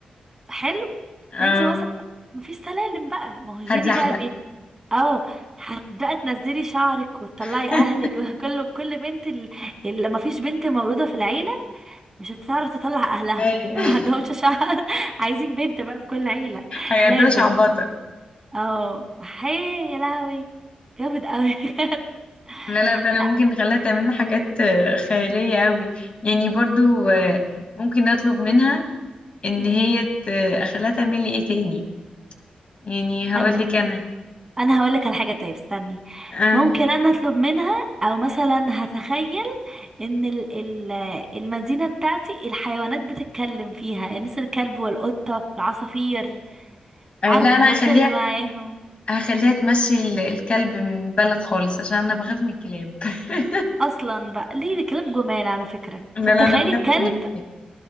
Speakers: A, on the right; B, on the left.
A: حلو
B: اه
A: انت مثلا مفيش سلالم بقى ما هو الجيلي
B: هتزحلق
A: بقى اه هتبقى تنزلي شعرك وتطلعي
B: <laughs>
A: اهلك <laughs> وكله كل بنت ال- اللي ما فيش بنت مولوده في العيله مش هتعرف تطلع اهلها
B: ايوه
A: <laughs> ان ما عندهمش شعر <laughs> عايزين بنت بقى في كل عيله
B: هيقضيها
A: لازم
B: شعبطه
A: اه حي يا لهوي جامد قوي <laughs> بجد
B: لا لا فعلا
A: لا
B: ممكن نخليها تعمل لنا حاجات آه، خياليه قوي يعني برضو آه، ممكن اطلب منها ان
A: مم.
B: هي ت- اخليها تعمل لي ايه تاني يعني هقول
A: انا
B: لك انا
A: انا هقول لك على حاجه طيب استني
B: آه.
A: ممكن انا اطلب منها او مثلا هتخيل ان ال ال المدينة بتاعتي الحيوانات بتتكلم فيها الناس الكلب والقطة العصافير
B: آه،
A: اعرف
B: لا
A: اتواصل
B: انا هخليها
A: معاهم
B: هخليها تمشي ال- الكلب من البلد خالص عشان انا بخاف من الكلاب <laughs>
A: اصلا بقى ليه ده كلاب جمال على فكرة
B: لا
A: طب
B: لا
A: تخيلي
B: انا بخاف
A: الكلب
B: من الكلاب